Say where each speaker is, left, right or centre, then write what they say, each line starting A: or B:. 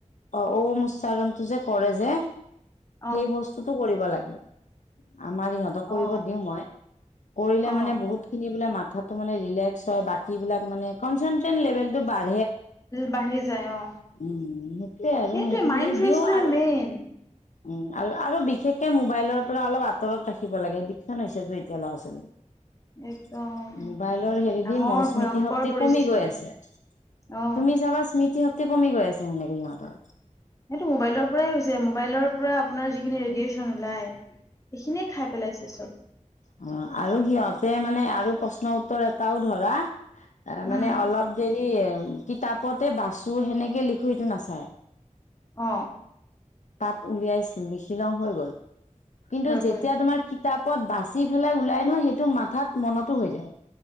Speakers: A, on the left (about 70°); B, on the left (about 25°).
A: অ ঔম উচ্চাৰণটো যে কৰে যে
B: অ
A: সেই বস্তুটো কৰিব লাগে। আমাৰ ইহঁতক কৰিব
B: অ
A: দিও মই কৰিলে
B: অ
A: মানে বহুতখিনি এইবিলাক মথাত তোমাৰ ৰিলেস্ক হয় বাকী বিলাক কনষ্টেছন লেবেল তো বাঢ়ি যায়
B: বাঢ়ি যায় অ
A: উম সেইটোয়ে আৰু
B: সেইটোৱে
A: সেইখিনি
B: মাইণ্ড ফ্ৰেচটোৱে
A: দিওঁ আৰু।
B: মেইন
A: উম আৰু আৰু বিশেষকে মোবাইলৰ পৰা অলপ আঁতৰত ৰাখিব লাগে এডিকচন হৈছে এতিয়া ল'ৰা ছোৱালী
B: একদম
A: মোবাইলৰ হেৰিদি
B: ডাঙৰ
A: মোৰ স্মৃতি
B: ভয়ংকৰ
A: শক্তি
B: পৰিস্থিতি
A: কমি গৈ আছে
B: অ
A: তুমি চাবা স্মৃতি শক্তি কমি গৈ আছে সেনেকে সিহঁতৰ
B: সেইটো মোবাইলৰ পৰাই হৈছে মোবাইলৰ পৰা আপোনাৰ যিখিনি ৰেডিয়েচন ওলাই সেইখিনিয়ে খাই পেলাইছে চব
A: অ আৰু সিহঁতে মানে আৰু প্ৰশ্ন উত্তৰ এটাও ধৰা। এ মানে
B: উম
A: অলপ দেৰি কিতাপতে বাচো সেনেকে লিখো সটো নাচায়।
B: অ
A: তাত উলিয়াইছিল লিখি লওঁ হৈ গ'ল কিন্তু
B: হয়
A: যেতিয়া
B: গ'ল
A: তোমাৰ কিতাপত বাচ চি পেলাই ওলাই ন সেইটো মাথাত মনতো হৈ যায়